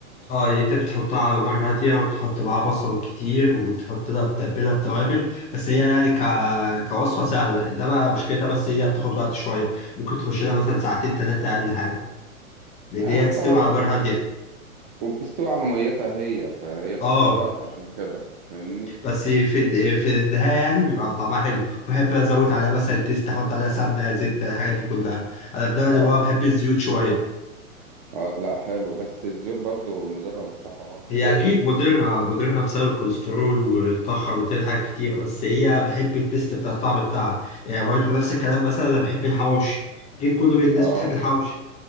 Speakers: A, on the left (about 15°); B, on the right (about 35°).
A: اه يعني انت بتحطها على نار هاديه وبتحط معاها بصل كتير وتحط لها بتتبلها بتوابل بس هي يعني ك... كوصفه سهله انما مشكلتها بس هي بتاخد وقت شويه ممكن تخش لها مثلا ساعتين ثلاثه اقل حاجه لان
B: ما
A: هي
B: انت
A: بتستوي
B: بقى عشان
A: على نار هاديه
B: وبتستوي على ميتها هي فهي بتاخد
A: اه
B: وقت عشان كده فاهمني
A: بس في الد- في النهايه يعني بيبقى طعمها حلو بحب ازود عليها مثلا تيست احط عليها سمنه زبده الحاجات دي كلها انا من النوع اللي
B: اه
A: هو بحب
B: طبعا
A: الزيوت شويه
B: اه لا حلو بس الزيوت برضو مضره بالصحه برضو
A: هي
B: شويه
A: اكيد مضره مضره بسبب الكوليسترول والطحن وبتعمل حاجات كتير بس هي بحب التيست بتاع الطعم بتاعها يعني برضه نفس الكلام مثلا انا بحب الحواوشي اكيد كل الناس
B: اه
A: بتحب الحواوشي